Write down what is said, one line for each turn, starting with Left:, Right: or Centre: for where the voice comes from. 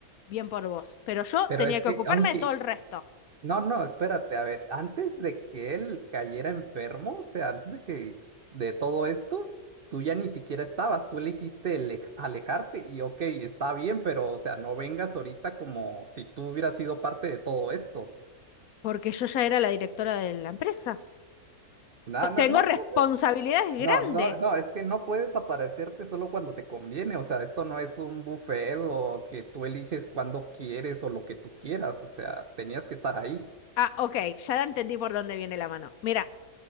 Left: bien por vos. Pero yo
Right: pero
Left: tenía
Right: es
Left: que
Right: que
Left: ocuparme
Right: aunque
Left: de todo el resto,
Right: No, no, espérate, a ver, antes de que él cayera enfermo, o sea, antes de que de todo esto, tú ya ni siquiera estabas, tú elegiste ele- alejarte y ok, está bien, pero o sea, no vengas ahorita como si tú hubieras sido parte de todo esto.
Left: porque yo ya era la directora de la empresa.
Right: No,
Left: O-
Right: no,
Left: Tengo
Right: no, no,
Left: responsabilidades
Right: no,
Left: grandes.
Right: no, no, es que no puedes aparecerte solo cuando te conviene, o sea, esto no es un buffet o que tú eliges cuando quieres o lo que tú quieras, o sea, tenías que estar ahí.
Left: Ah, ok, ya entendí por dónde viene la mano. Mira,